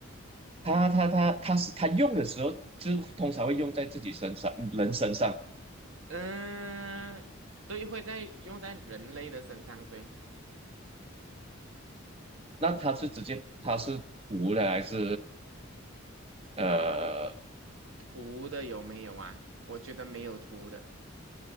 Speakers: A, on the right (about 30°); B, on the right (about 80°).
A: 他他他他是他用的时候，就通常会用在自己身上，人身上。
B: 嗯，对，会在用在人类的身上，对
A: 那他是直接他是涂的还是呃？
B: 啊，图的有没有啊？我觉得没有图的，